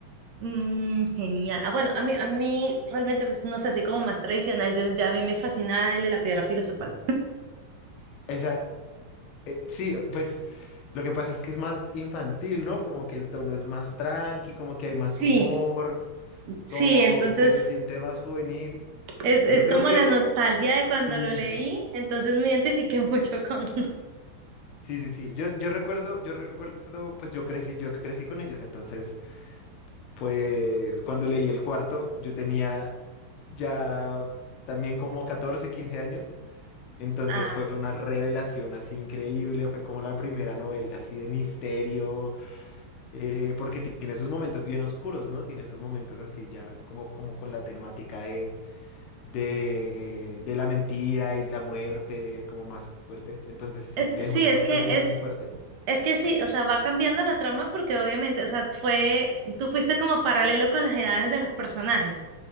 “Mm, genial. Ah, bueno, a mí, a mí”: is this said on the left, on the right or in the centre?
Right